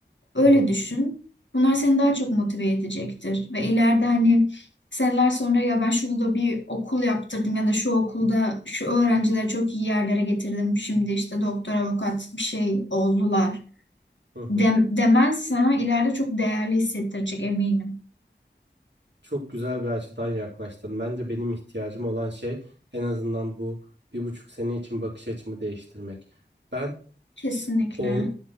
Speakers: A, on the left; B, on the right.
A: Öyle
B: Hı hı.
A: düşün. Bunlar seni daha çok motive edecektir ve ileride hani seneler sonra ya ben şurada da bir okul yaptırdım ya da şu okulda şu öğrencileri çok iyi yerlere getirdim. Şimdi işte doktor, avukat bir şey oldular
B: Hı hı.
A: dem demens sana ileride çok değerli hissettirecek eminim.
B: Çok güzel bir açıdan yaklaştın. Bence benim ihtiyacım olan şey en azından bu bir buçuk sene için bakış açımı değiştirmek. Ben
A: Kesinlikle.
B: o